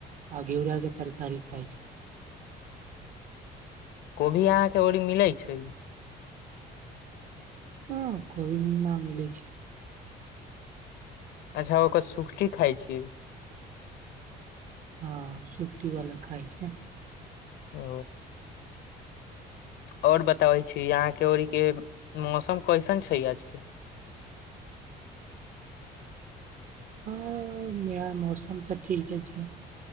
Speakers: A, on the right; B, on the left.
A: आ घिउराके तरकारी खाइत छै
B: कोबी अहाँके ओरी मिलैत छै।
A: हं कभी न मिलै छै
B: अच्छा ओकर सुखटी खाइ छियै
A: हँ सुपटी वालला खाइ छै
B: ओ आओर बताबै छी, अहाँके ओईरी के मौसम केहन छै आइके?
A: अऽनया मौसम तऽ ठीके छै